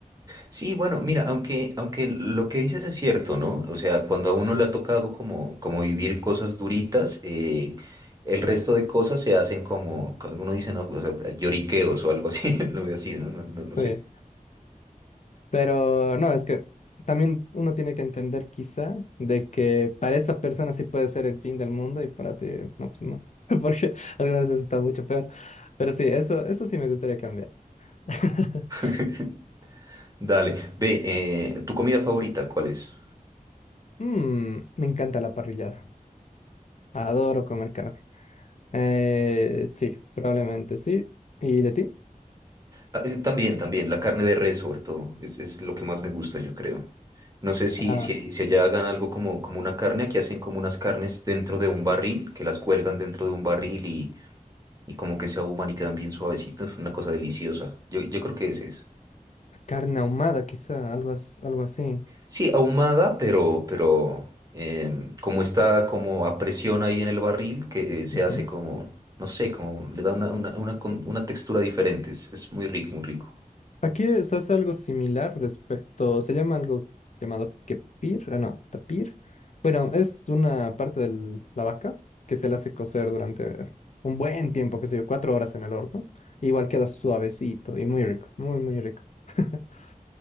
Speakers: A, on the right (about 25°); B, on the left (about 55°).
A: Sí, bueno, mira, aunque, aunque lo que dices es cierto, ¿no? O sea, cuando a uno
B: Mm.
A: le ha tocado como, como vivir cosas duritas, eh, el resto de cosas se hacen como, como uno dice, no, pues, eh, lloriqueos o algo así, <laughs> lo veo así, ¿no? No, no, no sé.
B: Sí, pero no, es que también uno tiene que entender quizá de que para esa persona sí puede ser el fin del mundo y para ti, no, pues no, <laughs> porque algunas veces está mucho peor. Pero sí, eso, eso sí me gustaría cambiar. <laughs>
A: <laughs> Dale, ve, eh, ¿tu comida favorita cuál es?
B: Mm, me encanta la parrillada. Adoro comer carne. Eh, sí, probablemente sí. ¿Y de ti?
A: Ah, eh, también, también, la carne de res sobre todo, es, es lo que más me gusta, yo creo. No sé si,
B: Ah,
A: si, si allá hagan algo como, como una carne, aquí hacen como unas carnes dentro de un barril, que las cuelgan dentro de un barril y y como que se ahuman y quedan bien suavecitos, una cosa deliciosa. Yo, yo creo que ese es.
B: carne ahumada, quizá, algo, as- algo así.
A: Sí, ahumada, pero, pero em, como está como a presión ahí en el barril, que eh, se
B: Ujú.
A: hace como, no sé, como le da una, una, una, con- una textura diferente. Es, es muy rico, muy rico.
B: Aquí se hace algo similar respecto, se llama algo llamado kepir, ah, no, tapir. Bueno, es una parte de la vaca que se la hace cocer durante un buen tiempo, qué sé yo, cuatro horas en el horno. Igual queda suavecito y muy rico, muy, muy rico. <laughs>